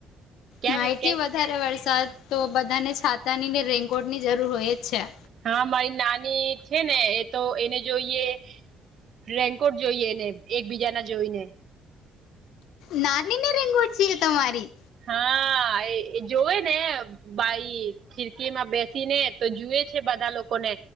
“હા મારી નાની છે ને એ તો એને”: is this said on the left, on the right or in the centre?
Right